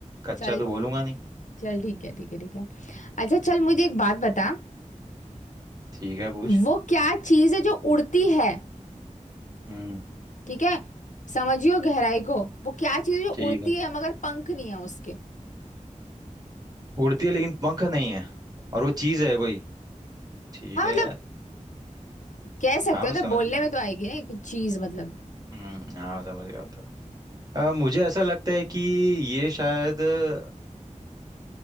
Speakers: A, on the right; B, on the left.
A: कच्चा
B: चल
A: तो बोलूंगा नहीं
B: चल ठीक है ठीक है ठीक है अच्छा चल मुझे एक बात बता
A: ठीक है पूछ
B: वो क्या चीज़ है जो उड़ती है
A: हम्म
B: ठीक है समझियो गहराई को वो क्या चीज़ है जो
A: ठीक
B: उड़ती
A: है
B: है मगर पंख नहीं है उसके
A: उड़ती है लेकिन पंख नहीं है और वो चीज है कोई ठीक
B: हाँ
A: है
B: मतलब
A: यार
B: कह सकते
A: हाँ मैं
B: हो ना
A: समझ
B: बोलने
A: गया
B: में तो आएगी ना एक चीज़ मतलब
A: हम्म हाँ समझ गया तो अ, मुझे ऐसा लगता है कि ये शायद अ,